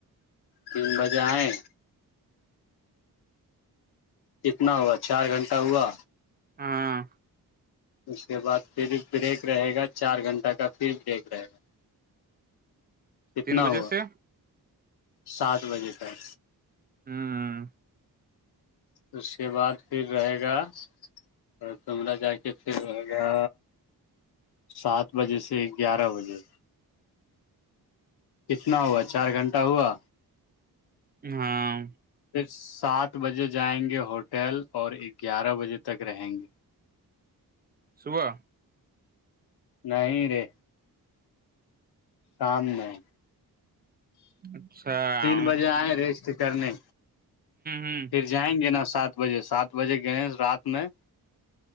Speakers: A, on the left; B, on the right.
A: تین بجے آئے کتنا ہوا چار گھنٹہ ہوا
B: ہاں
A: اس کے بعد پھر بریک رہے گا چار گھنٹہ کا پھر بریک رہے گا کتنا
B: تین بجے
A: ہوا
B: سے ہ
A: سات بجے تک
B: ہاں
A: اس کے بعد پھر رہے گا اور تملہ جا کے پھر ہوگا سات بجے سے گیارہ بجے کتنا ہوا چار گھنٹہ ہوا
B: ہاں
A: پھر سات بجے جائیں گے ہوٹل اور گیارہ بجے تک رہیں گے
B: صبح
A: نہیں رے شام نہیں
B: اچھا
A: تین
B: ہوں
A: بجے آئ ریسٹ کرنے
B: ہوں
A: پھر جائیں گے نا سات سات بجے سات بجے گئے رات میں